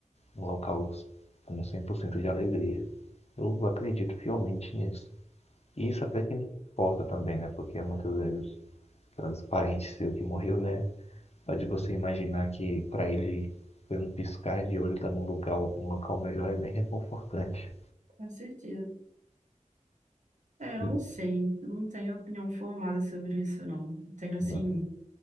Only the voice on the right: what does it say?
Com certeza. É, eu
não sei, eu não tenho opinião formada sobre isso, não. Eu tenho, assim,